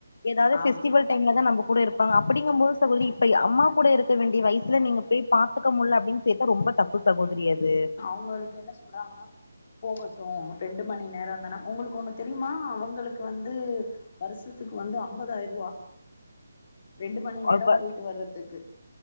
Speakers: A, on the left; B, on the left.
A: ஏதாது
B: ஆமா
A: பெஸ்டிவல் டைம்ல தா நம்ப கூ கூட இருப்பாங்க அப்டிங்கும்பது சகோதரி இப்ப அம்மா கூட இருக்க வேண்டிய வயிசுல நீங்க போய் பாத்துக்க முடில அப்பின்னு சேத்தா ரொம்ப தப்பு சகோதரி அது
B: <unintelligible> என்ன சொல்றாங்கன்னா போகட்டு ரெண்டு மணி நேர தானே உங்களுக்கு ஒன்னு தெரியுமா அவங்களுக்கு வந்து வருஷத்துக்கு வந்து அம்பதாய ரூவா ரெண்டு மணி நேர
A: அப்ப
B: போயிட்டு வர்றதுக்கு